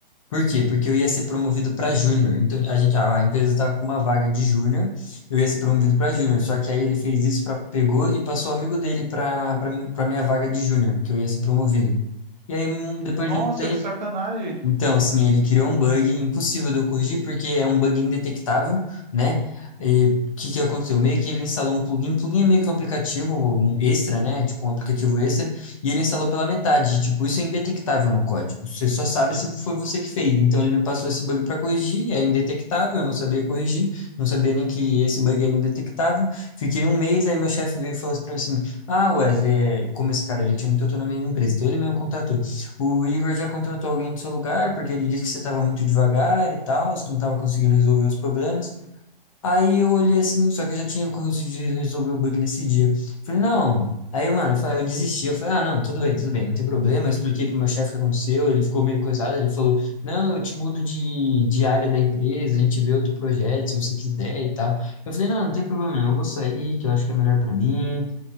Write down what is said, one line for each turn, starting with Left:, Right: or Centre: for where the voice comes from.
Left: Por quê? Porque eu ia ser promovido para júnior. Então a gente, a a empresa estava com uma vaga de júnior, eu ia ser promovido para júnior. Só que aí ele fez isso para pegou e passou o amigo dele para para minha vaga de júnior, que eu ia ser promovido. E aí um- depois
Right: nossa,
Left: de um tempo
Right: que sacanagem.
Left: então, sim, ele criou um bug impossível de eu corrigir, porque é um bug indetectável, né? E o que que aconteceu? Meio que ele instalou um plugin, plugin é meio que um aplicativo, um extra, né? Tipo um aplicativo extra, e ele instalou pela metade. E, tipo, isso é indetectável no código. Você só sabe se foi você que fez. Então, ele me passou esse bug para corrigir, é indetectável, eu não sabia corrigir, não sabia nem que esse bug era indetectável. Fiquei um mês, aí meu chefe veio e falou assim pra mim assim: Ah, Wesley, é, como esse cara ele tinha muita autonomia na empresa, então ele mesmo contratou. O Igor já contratou alguém do seu lugar, porque ele disse que você estava muito devagar e tal, que não estava conseguindo resolver os problemas. Aí eu olhei assim, só que eu já tinha conseguido resolver o bug nesse dia. Falei, não. Aí, mano, eu falei- eu desisti. Eu falei, ah, não, tudo bem, tudo bem, não tem problema. Eu expliquei pro meu chefe o que aconteceu, ele ficou meio coisado. Ele falou, não, eu te mudo de, de área da empresa, a gente vê outro projeto, se você quiser e tal. Eu falei, não, não tem problema, eu vou sair, que eu acho que é melhor para mim